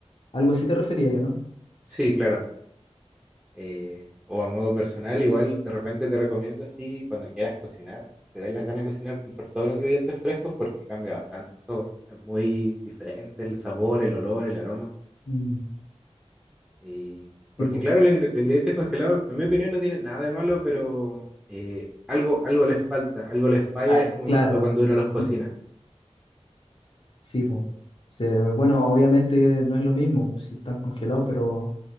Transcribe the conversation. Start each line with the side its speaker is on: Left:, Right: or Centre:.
Left: Algo así te refería yo, ¿no?
Centre: Sí, claro. Eh, o a modo personal, igual de repente te recomiendo así, cuando quieras cocinar, te den las ganas de cocinar, comprar todos los ingredientes frescos porque cambia bastante el sabor. Es muy diferente el sabor, el olor, el aroma.
Left: Mm,
Centre: Y porque
Left: tipo,
Centre: claro, los, ingre- los ingredientes congelados, en mi opinión, no tienen nada de malo, pero eh, algo, algo les falta, algo les falla
Left: ah,
Centre: ese momento
Left: claro.
Centre: cuando
Left: ah,
Centre: uno los cocina.
Left: mm. Sí, pues. Se- bueno, obviamente que no es lo mismo, pues si están congelados, pero